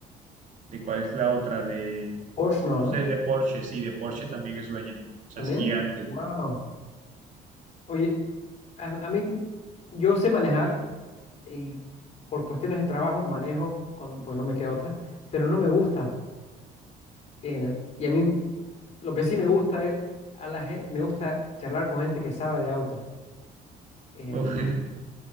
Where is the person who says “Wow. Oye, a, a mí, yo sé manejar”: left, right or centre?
Left